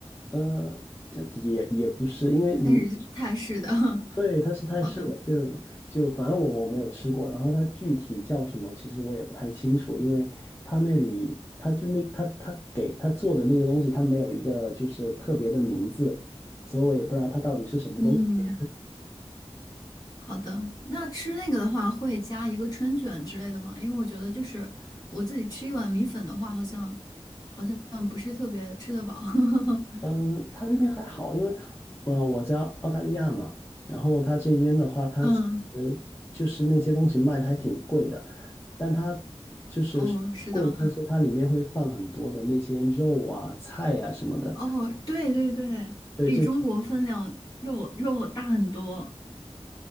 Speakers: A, on the left; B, on the left.
A: 呃，这也也不是，因为你
B: 但是泰式的。<laughs>
A: 对，它是泰式的，
B: 好的，
A: 就就反正我我没有吃过，然后它具体叫什么，其实我也不太清楚，因为它那里它就那它它给它做的那个东西，它没有一个就是特别的名字，所以我也不知道它到底是什么东西。
B: 嗯。好的，那吃那个的话，会加一个春卷之类的吗？因为我觉得就是我自己吃一碗米粉的话，好像好像不是特别吃得饱。<laughs>
A: 嗯，它这边还好，因为呃我在澳大利亚嘛，然后它这边的话，它其实就是那些东西卖的还挺贵的，
B: 嗯，
A: 但它就是虽然贵，
B: 哦，是的，
A: 但是它里面会放很多的那些肉啊、菜啊什么的。
B: 哦，对对对，
A: 对，
B: 比中国分量肉肉大很多。
A: 就